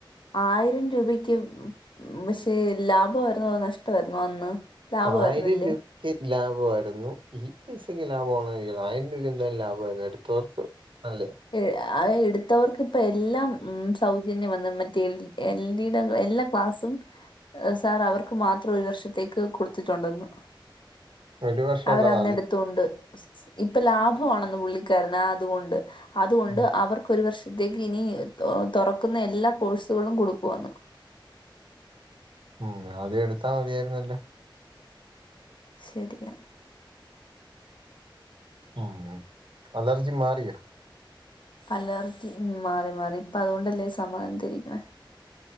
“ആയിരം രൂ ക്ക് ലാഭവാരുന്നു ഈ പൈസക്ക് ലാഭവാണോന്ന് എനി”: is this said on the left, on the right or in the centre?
Right